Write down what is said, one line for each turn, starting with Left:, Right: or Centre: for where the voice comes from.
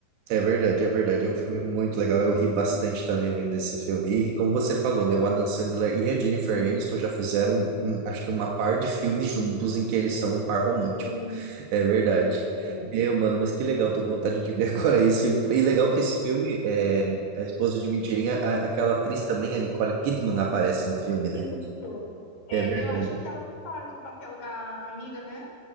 Right: É verdade, é verdade. É um filme muito legal. Eu ri bastante também vendo esse filme. E como você falou, né? O Adam Sandler e a Jennifer Aniston já fizeram, um- acho que uma par de filmes juntos em que eles são um par romântico.
Left: Sim,
Right: É verdade.
Left: é.
Right: Meu, mano, mas que legal. Tô com vontade de ver <laughs> agora esse filme também. E legal que esse filme, é, a esposa de Mentirinha, a- aquela atriz também, a Nicole Kidman, aparece no filme, né?
Left: Isso. É,
Right: É verdade.
Left: eu acho que ela faz o papel da amiga, né?